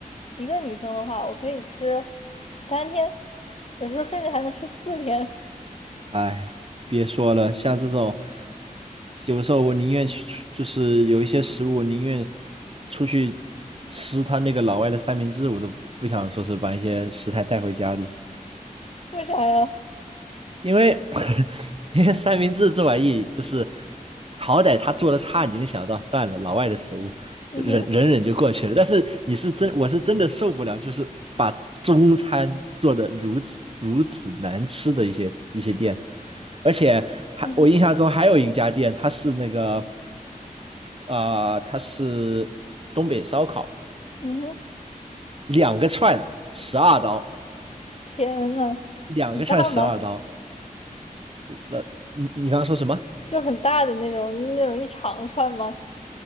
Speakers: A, on the left; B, on the right.
A: 一个女生的话，我可以吃三天，有时候甚至还能吃四天。
B: 哎，别说了，像这种，有的时候我宁愿去出就是有一些食物，我宁愿出去吃他那个老外的三明治，我都不想说是把一些食材带回家里。
A: 为啥呀？
B: 因为 <laughs> 因为三明治这玩意就是，好歹他做的差，你能想到，算了，老外的食物，
A: 嗯哼，
B: 忍忍忍就过去了。但是你是真，我是真的受不了，就是把中餐做的如此如此难吃的一些一些店，而且还我印象中还有一家店，
A: 嗯哼，
B: 它是那个呃，它是东北烧烤，
A: 嗯哼，
B: 两个串十二刀，
A: 天呐，
B: 两个串十二刀。
A: 很大吗？
B: 那你你刚刚说什么？
A: 就很大的那种，那种一长串吗？